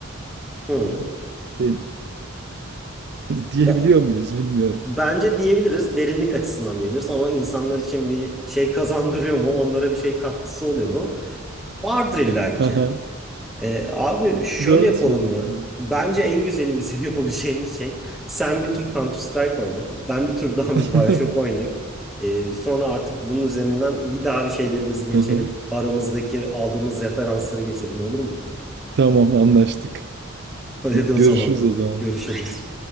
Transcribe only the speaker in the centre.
Hmm.
Da-
bence diyebiliriz. Derinlik açısından diyebiliriz ama insanlar için bir şey kazandırıyor mu? Onlara bir şey katkısı oluyor mu? Vardır illaki.
Ee, abi şöyle
yapalım
ya. Bence en güzeli bizim <laughs> yapabileceğimiz şey sen bir tur Counter Strike oyna. Ben bir tur daha
bir BioShock oynayayım. Ee, sonra artık bunun üzerinden bir daha bir şeylerimizi geçelim.
Aramızdaki aldığımız referansları geçelim olur mu?
<laughs> Hadi o
zaman
görüşürüz.